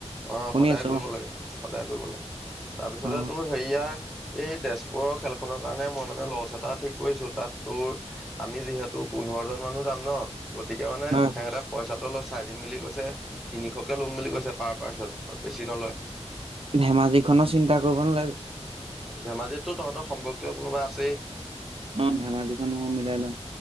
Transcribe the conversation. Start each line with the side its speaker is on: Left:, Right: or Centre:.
Centre: অ'
Right: শুনি
Centre: সদায়
Right: আছো
Centre: কৰিব লাগে সদায় কৰিব লাগে। তাৰপিছতে
Right: অ অ
Centre: তোৰ হেৰিয়া এই তেজপুৰৰ খেল খনৰ কাৰণে মই মানে লছ এটা ঠিক কৰিছোঁ তাত তোৰ আমি যিহেতু পু পোন্ধৰজন মানুহ যাম ন' গতিকে মানে
Right: হয় হয়
Centre: সিহঁতে পইচাটো অলপ চাই দিম বুলি কৈছে। তিনিশকে ল'ম বুলি কৈছে পাৰ পাৰ্চন ত' বেছি নলয়।
Right: ধেমাজিখনো চিন্তা কৰিব নালাগে।
Centre: ধেমাজিততো তহঁতৰ সম্পৰ্কীয় কোনোবা আছেই।
Right: অ', ধেমাজিখনো মিলাই লম।